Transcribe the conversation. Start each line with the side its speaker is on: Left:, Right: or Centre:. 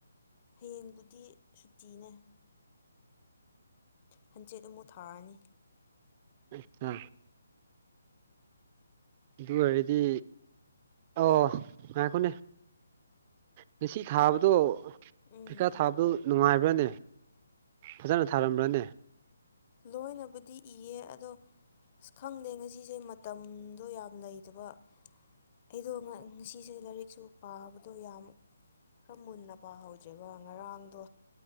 Left: ꯍꯌꯦꯡꯕꯨꯗꯤ ꯁꯨꯇꯤꯅꯦ ꯍꯟꯆꯦꯠ ꯑꯃꯨꯛ ꯊꯥꯔꯅꯤ
Right: ꯑꯆꯥ ꯑꯗꯨ ꯑꯣꯏꯔꯗꯤ ꯑ ꯉꯥꯏꯈꯣꯅꯦ ꯉꯁꯤ ꯊꯥꯕꯗꯣ
Left: ꯎꯝ
Right: ꯄꯩꯀꯥ ꯊꯥꯕꯗꯨ ꯅꯨꯡꯉꯥꯏꯕ꯭ꯔꯅꯦ ꯐꯖꯅ ꯊꯥꯔꯝꯕ꯭ꯔꯅꯦ
Left: ꯂꯣꯏꯅꯕꯨꯗꯤ ꯌꯦꯡꯉꯦ ꯑꯗꯣ ꯑꯁ ꯈꯪꯗꯦ ꯉꯁꯤꯁꯦ ꯃꯇꯝꯗꯣ ꯌꯥꯝ ꯂꯩꯗꯕ ꯑꯩꯗꯣ ꯉꯁꯤꯁꯦ ꯂꯥꯏꯔꯤꯛꯁꯨ ꯄꯥꯕꯗꯣ ꯌꯥꯝ ꯈꯔ ꯃꯨꯟꯅ ꯄꯥꯍꯖꯦꯕ ꯉꯔꯥꯡꯗꯣ